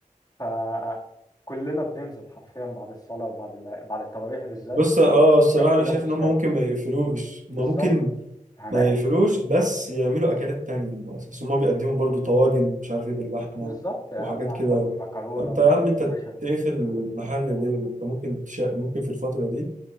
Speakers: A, on the left; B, on the right.
A: ف كلنا بننزل حرفيا بعد الصلاه وبعد ال... بعد التراويح بالذات
B: بص اه الصراحة
A: الشباب كلها
B: انا شايف
A: في الشارع
B: ان هم ممكن ما يقفلوش
A: بالظبط
B: هم ممكن
A: هناكل
B: ما يقفلوش بس يعملوا اكلات تانية بس بس هم بيقدموا برضو طواجن مش عارف ايه باللحمة
A: بالظبط يا
B: وحاجات
A: عم هناكل
B: كده
A: مكرونه
B: فانت يا عم انت
A: وكشري
B: تقفل المحل ليه ما انت ممكن تش... ممكن في الفترة دي